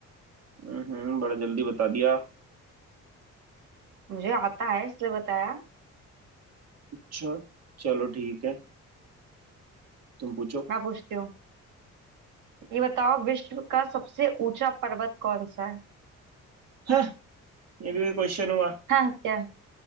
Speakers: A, on the right; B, on the right.
A: हम्म बड़ा जल्दी बता दिया
B: मुझे आता है इसलिए बताया
A: अच्छा चलो ठीक है तुम पूछो
B: मैं पूछती हूँ ये बताओ विश्व का सबसे ऊंचा पर्वत कौन सा है
A: हाँ ये भी क्वेश्चन हुआ
B: हाँ क्या